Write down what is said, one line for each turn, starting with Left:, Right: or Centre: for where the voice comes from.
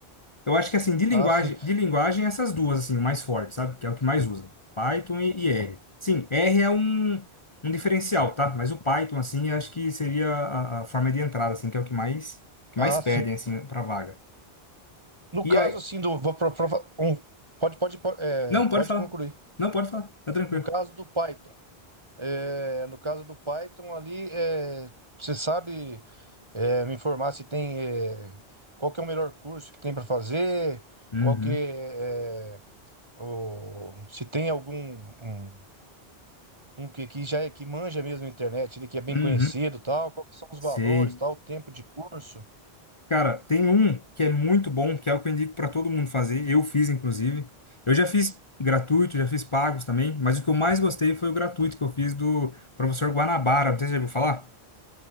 Left: Eu acho que assim de linguagem,
Right: Ah, sim.
Left: de linguagem essas duas assim, o mais forte, sabe? Que é o que mais usa, Python e, e R. Sim, R é um um diferencial, tá? Mas o Python assim, eu acho que seria a, a forma de entrada assim, que é o que mais que
Right: Ah,
Left: mais pedem
Right: sim.
Left: assim para vaga.
Right: No
Left: E
Right: caso,
Left: aí.
Right: assim, do. vou pro- pro- Um, pode, pode, po- é,
Left: Não,
Right: pode
Left: pode falar.
Right: concluir.
Left: Não, pode falar. Tá tranquilo.
Right: No caso do Python. É, no caso do Python ali, é, você sabe é, me informar se tem é, qual que é o melhor curso que tem para fazer,
Left: Uhum.
Right: qual que é, é, o, se tem algum um, um que, que já é que manja mesmo a internet, ele que é bem
Left: Uhum.
Right: conhecido, e tal, qual que são os
Left: Sei.
Right: valores, tal, o tempo de curso.
Left: Cara, tem um que é muito bom, que é o que eu indico pra todo mundo fazer. Eu fiz, inclusive. Eu já fiz gratuito, já fiz pagos também, mas o que eu mais gostei foi o gratuito que eu fiz do professor Guanabara. Não sei se você já ouviu falar.